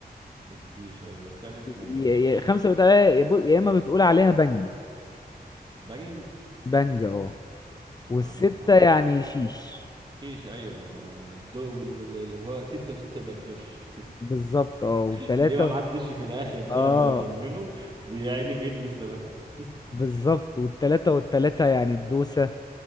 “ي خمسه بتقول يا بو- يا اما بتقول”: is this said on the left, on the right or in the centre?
Left